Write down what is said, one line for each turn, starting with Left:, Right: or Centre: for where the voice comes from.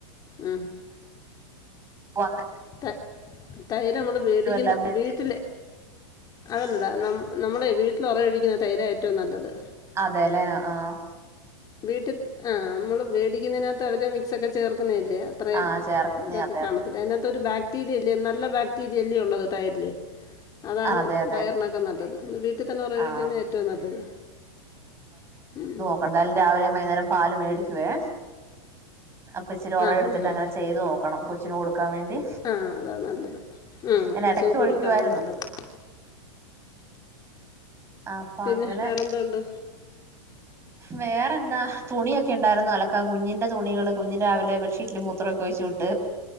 Left: ഉം.
Right: വന്ന്
Left: ത തൈര് നമ്മള് വേടിക്കുന്ന
Right: എല്ലാം കൂടി ഇട്ട്
Left: വീട്ടിലെ. അതെല്ലടാ ന നമ്മുടെ വീട്ടില ഒറഴിക്കുന്ന തൈരാ ഏറ്റവും നല്ലത്.
Right: അതെല്ലെ ആഹ്.
Left: വീട്ടി ആഹ് നമ്മള് വേടിക്കുന്നതിനകത്ത് അവരെ മിക് സൊക്കെ ചേർക്കുന്നില്ലെ അത്. അത്രയും
Right: ആ ചേർക്കുന്നേ
Left: ഇതൊക്കെ
Right: അതെ
Left: കാണത് അതിനകത്ത് ഒരു ബാക്ടീരിയ ഇല്ലെ. നല്ല ബാക്ടീരിയ അല്യെ ഉള്ളത്. ടയറ്ൽ അതാണ്
Right: അതെ അതെ
Left: വയറിന ക്കെ നല്ലത്. വീട്ടിൽ തന്നെ ഉറഴിക്കുന്നത്
Right: ആ
Left: ഏറ്റവും നല്ലത് ഉം.
Right: ഇപ്പം എന്തായാലും രാവിലെം വൈകുന്നേരം പാല് മേടിക്ക്യെ അപ്പൊ ഇച്ചിരി ഒറ
Left: ആ
Right: ഇടുത്തിട്ട്
Left: ഹാ ഹാ
Right: അങ്ങനെ ചെയ്തു നോക്കണം. കൊച്ചിന് കൊടുക്കാൻ വേണ്ടി
Left: ആ അതാ നല്ലത് ഉം
Right: ഞാൻ
Left: കൊച്ചുങ്ങൾക്ക്
Right: ഇടയ്ക്ക് ഒഴിക്കുവായിരുന്നു
Left: കൊടുക്കാതാ നല്ലത്.
Right: ആ അപ്പൊ
Left: പിന്നെ
Right: അങ്ങനെ
Left: വേറെന്തോണ്ട്
Right: വേറെ എന്താ തുണിയൊക്കെ ഉണ്ടായിരുന്നു അലക്കാം കുഞ്ഞിന്റെ തുണികള് കുഞ്ഞിന്റെ രാവിലെ ബ്രഷ്ബെഡ്ഷീറ്റ്ല് മൂത്രമൊക്കെ വെച്ച്ു വിട്ട്